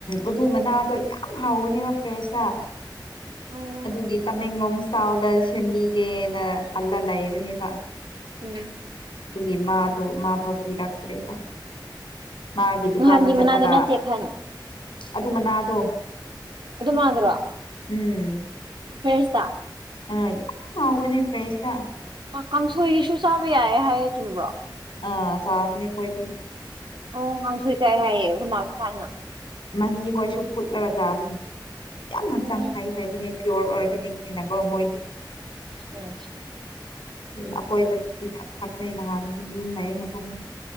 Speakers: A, on the left; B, on the right.
A: ꯑꯗꯨ ꯃꯅꯥꯗꯣ ꯌꯥꯝ ꯍꯥꯎꯒꯅꯦꯕ ꯐ꯭ꯔꯦꯁꯇ
B: ꯎꯝ
A: ꯑꯗꯨꯒꯤ ꯇꯃꯦꯡꯂꯣꯡ ꯁ꯭ꯇꯥꯜꯗ ꯁꯦꯝꯕꯤꯒꯦꯅ ꯍꯜꯂ ꯂꯩꯏꯕꯅꯦꯕ
B: ꯎꯝ
A: ꯑꯗꯨꯒꯤ ꯃꯥꯗꯣ ꯃꯥ ꯐꯥꯎ ꯄꯤꯔꯛꯇ꯭ꯔꯦꯕ ꯃꯥꯒꯤ ꯗꯨꯀꯥꯟꯗ
B: ꯅꯍꯥꯟꯗꯤ
A: ꯆꯠꯂꯒ
B: ꯃꯅꯥꯗꯣ ꯅꯠꯇꯦ ꯈꯟ
A: ꯑꯗꯨ ꯃꯅꯥꯗꯣ
B: ꯑꯗꯨ ꯃꯥꯟꯗ꯭ꯔꯣ
A: ꯎꯝ
B: ꯐ꯭ꯔꯦꯁꯇ
A: ꯑ ꯌꯥꯝꯎꯕꯅꯦ ꯐꯔꯦꯁꯇ
B: ꯀꯥꯡꯁꯣꯏꯁꯨ ꯆꯥꯕ ꯌꯥꯏ ꯍꯥꯏꯌꯦ ꯆꯨꯝꯕ꯭ꯔꯣ
A: ꯑꯥ ꯆꯕꯅꯤ ꯈꯣꯏꯗꯤ
B: ꯑꯣ ꯀꯥꯡꯁꯣꯏ ꯆꯥꯏ ꯍꯥꯏꯌꯦ ꯑꯩꯈꯣꯏꯃꯥꯁꯨ ꯊꯥꯏꯅ
A: ꯃꯍꯤꯈꯣꯏꯁꯨ ꯐꯨꯠꯂꯒ ꯆꯥꯔꯅꯤ ꯌꯥꯝꯅ
B: ꯎꯝ
A: ꯍꯛꯆꯥꯡ ꯐꯥꯏ ꯍꯥꯏꯕꯅꯦ ꯄꯤꯌꯣꯔ ꯑꯣꯏꯕꯅꯤ ꯅꯤꯅꯀꯣ ꯃꯣꯏꯗꯤ
B: ꯎꯝ
A: ꯑꯗꯨꯅ ꯑꯩꯈꯣꯏꯗ ꯄꯤꯊꯛ ꯊꯛꯅꯩ ꯅꯍꯥꯟꯗꯤ ꯌꯨꯝ ꯂꯩꯩ ꯃꯇꯝꯗ